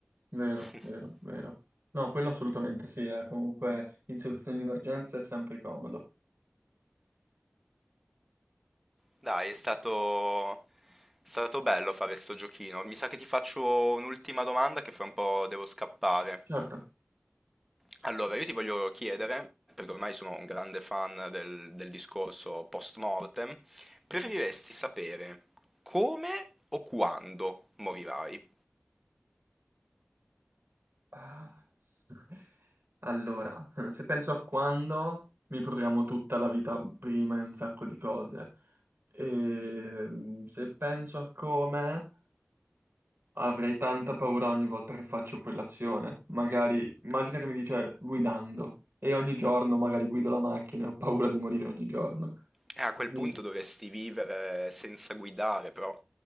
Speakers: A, on the right; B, in the centre.
A: Vero,
B: <laughs>
A: vero, vero. No, quello assolutamente sì, eh, Comunque in situazioni di emergenza è sempre comodo.
B: Dai, è stato... è stato bello fare sto giochino. Mi sa che ti faccio un'ultima domanda che fra un po' devo scappare.
A: Certo.
B: Allora, io ti voglio chiedere, perché ormai sono un grande fan del, del discorso post mortem, preferiresti sapere come o quando morirai?
A: Ah. <laughs> Allora, se penso a quando mi programmo tutta la vita prima in un sacco di cose, e se penso a come avrei tanta paura ogni volta che faccio quell'azione. Magari, immagina che mi dice guidando, e ogni giorno magari guido la macchina e ho paura di morire ogni giorno.
B: E a quel
A: Quindi...
B: punto dovresti vivere senza guidare, però,